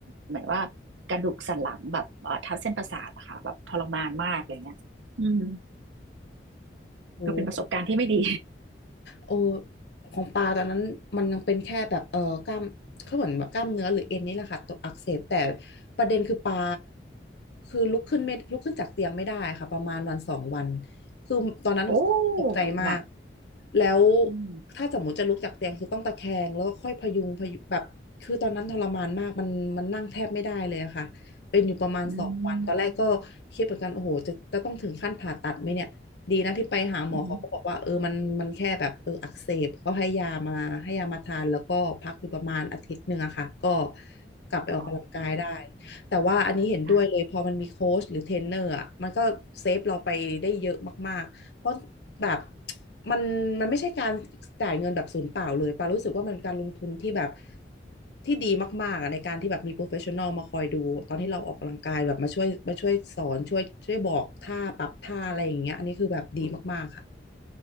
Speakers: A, on the right; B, on the left.
A: เหมือนว่ากระดูกสันหลังแบบเอ่อทับเส้นประสาทอะค่ะแบบทรมานมากอะไรเงี้ยอืม
B: โห
A: ก็เป็นประสบการณ์ที่ไม่ดี
B: โอของปลาตอนนั้นมันยังเป็นแค่แบบเออกล้ามเขาเหมือนแบบกล้ามเนื้อหรือเอ็นนี่แหละค่ะตกอักเสบแต่ประเด็นคือปลาคือลุกขึ้นไม่ลุกขึ้นจากเตียงไม่ได้ค่ะประมาณวันสองวันคือตอนนั้น
A: <laughs> โอ้
B: ตกใจมาก
A: หนัก
B: แล้ว
A: อืม
B: ถ้าสมมติจะลุกจากเตียงคือต้องตะแคงแล้วก็ค่อยพยุงพยุงแบบคือตอนนั้นทรมานมากมันมันนั่งแทบไม่ได้เลยอะค่ะเป็นอยู่ประมาณสองวันตอนแรกก็
A: อืม
B: คิดเหมือนกันโอ้โหจะจะต้องถึงขั้นผ่าตัดไหมเนี่ย ดีนะที่ไปหาหมอเขาก็บอกว่าเออมันมันแค่แบบเอออักเสบก็ให้ยามาให้ยามาทานแล้วก็พักอยู่ประมาณอาทิตย์หนึ่งอะค่ะก็
A: อืม
B: กลับไปออกกำลังกายได้
A: อ๋อ
B: แต่ว่าอันนี้เห็นด้วยเลยพอมันมีโค้ชหรือเทรนเนอร์อ่ะมันก็เซฟเราไปได้เยอะมากๆเพราะแบบ
A: ค่ะ
B: มันมันไม่ใช่การจ่ายเงินแบบศูนย์เปล่าเลยปารู้สึกว่ามันการลงทุนที่แบบที่ดีมากๆอ่ะในการที่แบบมีโปรเฟชชั่นอลมาคอยดูตอนที่เราออกกำลังกายแบบมาช่วยมาช่วยสอนช่วยช่วยบอกท่าปรับท่าอะไรอย่างเงี้ยอันนี้คือแบบดีมากๆค่ะ